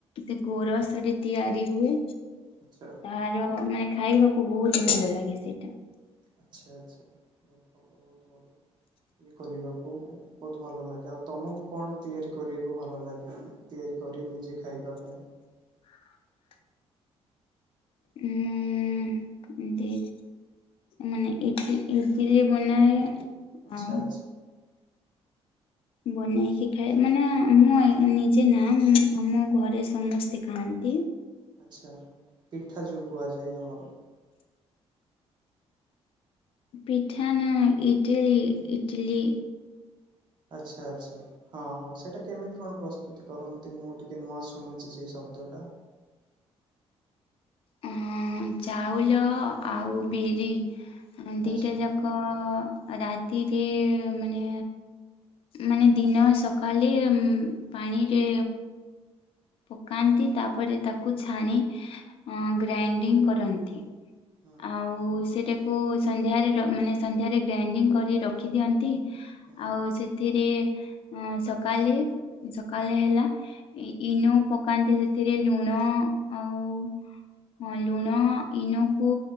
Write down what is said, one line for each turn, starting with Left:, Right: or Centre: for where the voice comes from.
Left: ସେ ଗୋର ସରି ତିଆରି ହୁଏ
Right: ଆଚ୍ଛା
Left: ତାର ମାନେ ଖାଇବାକୁ ବହୁତ ଭଲ ଲାଗେ ସେଇଟା
Right: ଆଚଛା ଆଚଛା ବହୁତ ଭଲ ବହୁତ ଭଲ ଇଏ କରିବାକୁ ବହୁତ ଭଲ ଲାଗେ ଆଉ ତମକୁ କଣ ତିଆରି କରିବାକୁ ଭଲ ଲାଗେ ତିଆରି କରି ନିଜେ ଖାଇବା ପାଇଁ
Left: ହଁ ମୁଁ ଦ ମାନେଇ ଇଟିଲି ବନାଏ
Right: ଆଚ୍ଛା
Left: ଆଉ
Right: ଆଚ୍ଛା
Left: ବନେଇକି
Right: ଆଚ୍ଛା
Left: ଖାଏ
Right: ଆଚ୍ଛା
Left: ମାନେ ମୁଁ ନିଜେ ନା ଆମ ଘରେ ସମସ୍ତେ ଖାଆନ୍ତି
Right: ଆଛା ପିଠା ଯୋଉ କୁହାଯାଏ ଆମର
Left: ପିଠାନ ଇଟଲି ଇଟଲି
Right: ଆଚ୍ଛା ଆଚ୍ଛା ହଁ ହଁ ସେଇଟା କେମିତି କଣ ପ୍ରସ୍ତୁତି କରନ୍ତି ମୁଁ ଟିକେ ନୂଆ ଶୁଣୁଛି ସେଇ ସବୁ ଦୋଟା
Left: ହଁ ଚାଉଳ ଆଉ ବିରି ଦିଟା
Right: ଆଚ୍ଛା
Left: ଯାକ ରାତିରେ ମାନେ ମାନେ ଦିନ ସକାଳେ ପାଣିରେ ପକାନ୍ତି ତାପରେ ତାକୁ
Right: ହୁଁ
Left: ଛାଣି ଗ୍ରାଇଣ୍ଡିଙ୍ଗ
Right: ହୁଁ
Left: କରନ୍ତି
Right: ହୁଁ
Left: ଆଉ ସେଟା କୁ ସନ୍ଧ୍ୟା ର ମାନେ ସନ୍ଧ୍ୟା ରେ ଗ୍ରାଇଣ୍ଡିଙ୍ଗ କରି ରଖିଦିଅନ୍ତି।
Right: ହୁଁ
Left: ଆଉ ସେଥିରେ ଅ ସକାଳେ ସକାଳେ
Right: ହୁଁ
Left: ହେଲା। ଇନୋ ପକାନ୍ତି ସେଥିରେ ଲୁଣ ଆଉ ହଁ ଲୁଣ ଇନକୁ